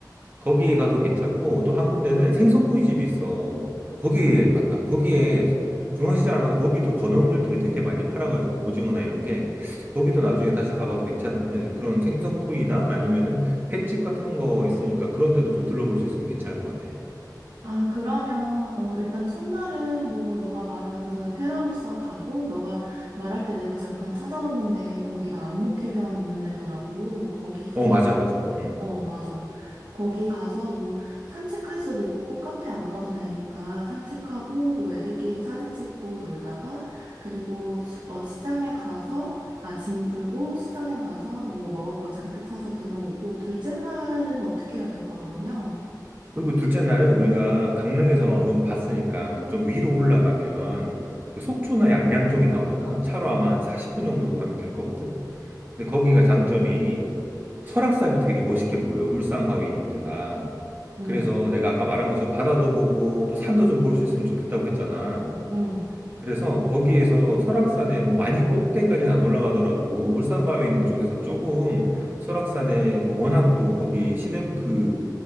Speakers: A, on the right; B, on the right.
A: 거기에 가도 괜찮고, 또 한 군데는 생선구이집이 있어. 거기에, 맞다. 거기에 중앙시장 안 가도 거기도 건어물들이 되게 많이 팔아가지고, 오징어나 이런 게. 거기도 나중에 다시 가봐도 괜찮은데, 그런 생선구이나 아니면은 횟집 같은 거 있으니까 그런 데도 좀 둘러볼 수 있으면 괜찮을 것 같아.
B: 아, 그러면, 어, 일단 첫날은 뭐, 너가 말한 그 테라로사 가고, 너가 말할 때 내가 잠깐 찾아봤는데, 거기가 안목해변 있는 데더라고. 거기 가,
A: 어, 맞아, 맞아. 음.
B: 어, 맞아. 거기 가서 뭐, 산책할 수도 있고, 꼭 카페 안 가도 되니까, 산책하고, 뭐, 애들끼리 사진 찍고 놀다가, 그리고, 수- 어, 시장에 가서, 아, 짐 풀고, 시장에 가서 뭐, 먹을 거 잔뜩 사서 들어오고, 둘째 날은 어떻게 해야 될까, 그러면?
A: 그리고 둘째 날은 우리가 강릉에서는 어느 정도 봤으니까 좀 위로 올라가면 그 속초나 양양 쪽이 나오잖아. 차로 아마 한 40분 정도 가면 될 거거든. 근데 거기가 장점이 설악산이 되게 멋있게 보여. 울산 바위 있는 데가.
B: 응,
A: 그래서 내가 아까 말한 것처럼 바다도 보고 또 산도 좀 볼 수 있으면 좋겠다고 했잖아.
B: 응.
A: 그래서 거기에서 설악산에 뭐 많이 꼭대까지는 안 올라가더라도 울산 바위 있는 쪽에서 조금 설악산에 또 워낙 또 거기 시냇 그